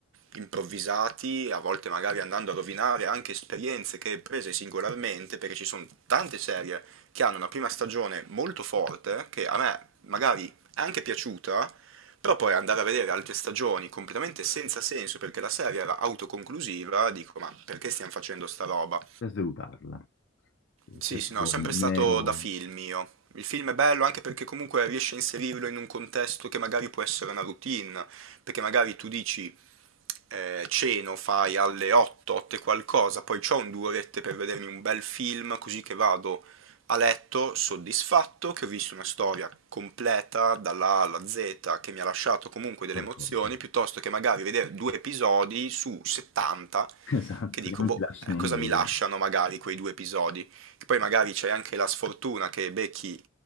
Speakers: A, on the right; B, on the left.
A: improvvisati, a volte magari andando a rovinare anche esperienze che prese singolarmente, perché ci sono tante serie che hanno una prima stagione molto forte, che a me magari è anche piaciuta, però poi andare a vedere altre stagioni completamente senza senso perché la serie era autoconclusiva, dico ma perché stiamo facendo sta roba?
B: per salutarla, eh,
A: Sì,
B: per
A: sì,
B: puro
A: no, sempre
B: mero
A: stato da film io. Il film è bello anche perché comunque riesce a inserirlo in un contesto che magari può essere una routine, perché magari tu dici eh, ceno, fai alle 8, 8 e qualcosa, poi c'ho un due orette per vedermi un bel film, così che vado a letto soddisfatto, che ho visto una storia completa dalla A alla Z, che mi ha lasciato comunque delle
B: qualcosa.
A: emozioni, piuttosto che magari vedere due episodi su 70,
B: <laughs> Esatto,
A: che dico,
B: che non
A: boh,
B: ti lasciano
A: eh, cosa
B: nulla
A: mi lasciano magari quei due episodi? Che poi magari c'è anche la sfortuna che becchi